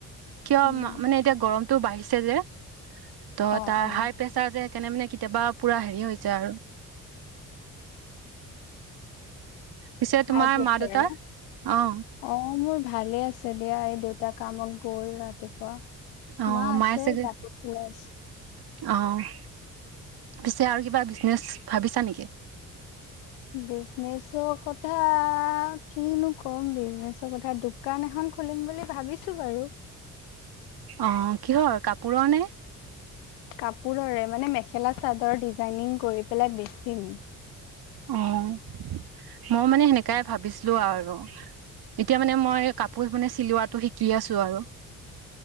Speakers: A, on the right; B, on the left.
A: কিয়
B: উম
A: মা মনে এতিয়া গৰমটো বাঢ়িছে যে, ত'
B: অ
A: তাৰ
B: অ
A: হাই প্ৰেচাৰ যে সেইকাৰণে মানে কি কেতিয়াবা পোৰা হেৰি হৈ যায় আৰু। পিছে,
B: হাই
A: তোমাৰ
B: প্ৰেচাৰ
A: মা-দেউতা,
B: নে
A: অ'।
B: অ', মোৰ ভালেই আছে দিয়া, এই দেউতা কামত গ'ল ৰাতিপুৱা।
A: অ
B: মা আছে,
A: মায়ে চাগে
B: কাপোৰ ধুই আছে।
A: অ', পিছে আৰু কিবা বিজনেছ, ভাবিছা নিকি?
B: বিজনেচৰ কথা, কিনো ক'ম বিজনেচৰ কথা, দোকান এখন খুলিম বুলি, ভাবিছো বাৰু।
A: অ', কিহৰ, কাপোৰৰ নে?
B: কাপোৰৰে, মানে মেখেলা-চাদৰ ডিজাইনিং কৰি পেলাই বেছিম।
A: অ', ময়ো মানে সেনেকাই ভাবিছিলো আৰু। এতিয়া মানে মই, কাপোৰ মানে চিলোৱাটো শিকি আছো আৰু।